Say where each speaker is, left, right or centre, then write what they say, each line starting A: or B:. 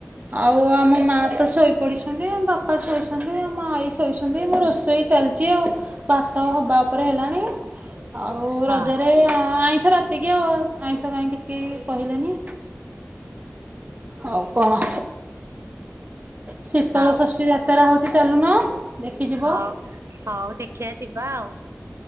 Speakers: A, on the right (about 35°); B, on the right (about 70°).
A: ଆଉ ଆମ ମା ତ ଶୋଇପଡିସଛନ୍ତି ଆ ବାପା ଶୋଇଛନ୍ତି ମାଇ ଶୋଇଛନ୍ତି ମୁଁ ରୋଷେଇ ଚାଲିଛି ଆଉ ଭାତ ହବା ଉପରେ ହେଲାଣି। ଆଉ
B: ହଁ
A: ରଜରେ ଆଇଁଷ ରାତିକି ହ ଆଜ୍ା <unintelligible> ତ କାହିଁ କିଛି କହିଲେନି। ଆଉ କଣ। ଶୀତଳ
B: ହଉ
A: ଷଷ୍ଠୀ ଯାତ୍ରା ହଉଛି ଚାଲୁନ ଦେଖି ଯିବ।
B: ହଉ ହଉ ଦେଖିବା ଯିବା ଆଉ